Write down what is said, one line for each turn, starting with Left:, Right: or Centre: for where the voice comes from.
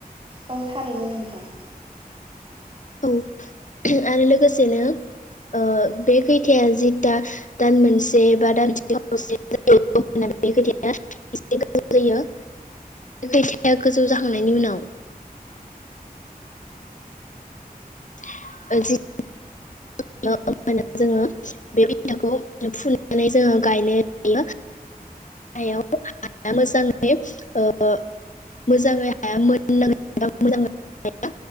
Right: औ थारैनो नोंथां
Left: औ आरो लोगोसेनो ओ बे खैथाया जिथा दान मोनसे बा दानसेसो जायो <unintelligible> फैसाया गोजौ जाखांनायनि उनाव <unintelligible> <unintelligible> होनो जोंङो बे बिखौ फुनानै जोंङो गायनाय जायो। हायाव हाया मोजाङै ओ मोजाङै हाया मोननांगोन मोजांङै हाया